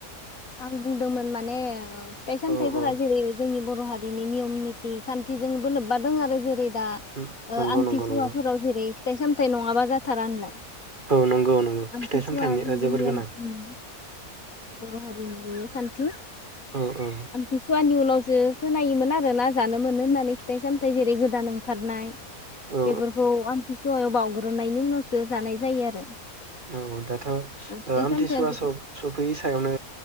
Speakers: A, on the left; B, on the right.
A: आं बुंदोंमोन माने ओ फिथाइ सामथायफोरा
B: औ औ
A: जेरै जोंनि बर' हार बिनि नियम निथि खान्थिजोंबो लोब्बा दोङो आरो जेरै दा
B: उम
A: ओ
B: नंगौ
A: आमथिसुवाफोराव
B: नंगौ नंगौ
A: जेरै थाय साम थाय नङाबा जाथारा होनलाय
B: औ नंगौ नंगौ
A: आमथिसुवानि
B: फिथाइ सामथाइनि ओ जोबोर
A: नियम
B: गोनां
A: उम बर' हारिनि बेयो फान थि
B: औ औ
A: आमथि सुवानि उनाव जो खोनायोमोन आरो ना जानो मोनो होननानै फि थाय सामथाय जेरै गोदानाव खारनाय
B: औ
A: बेफोरखौ आमथिसुवायाव बावग्रोनायनि उनावसो जानाय जायो आरो।
B: औ दाथ ओ
A: फिथाइ
B: आमथिसुवा
A: सामथाइया
B: सब सफैयि थायावनो